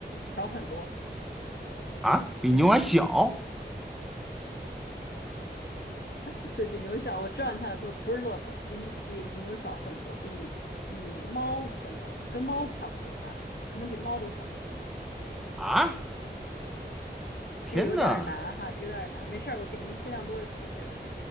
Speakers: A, on the left; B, in the centre.
A: 小很多，
B: 啊，比牛还小
A: <laughs> 对比牛小，我知道你想说不是骆驼，比比比牛小很多，比比猫可能跟猫差不多大，可能比猫都小一点。
B: 啊！天呐，
A: 这个有点儿难哈，这个有点儿难，没事儿，我给您尽量多的提示。